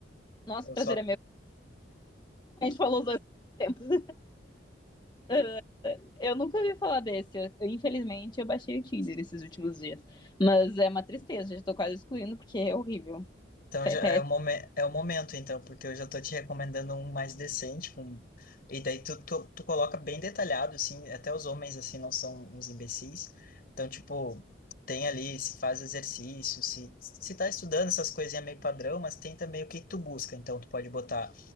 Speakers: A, on the left; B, on the left.
A: Nosso
B: Eu
A: prazer
B: só.
A: é meu. A gente falou os dois ao mesmo tempo. Ah, Eu nunca ouvi falar desse. Eu, infelizmente, eu baixei o Tinder esses últimos dias. Mas é uma tristeza, já tô quase excluindo porque é horrível.
B: Então
A: Pé-
B: já
A: pé-
B: é o momen- é o momento, então, porque eu já tô te recomendando um mais decente, com... e daí tu, tu, tu coloca bem detalhado, assim, até os homens, assim, não são uns imbecis. Então, tipo, tem ali se faz exercício, se, se tá estudando essas coisinhas meio padrão, mas tem também o que que tu busca. Então, tu pode botar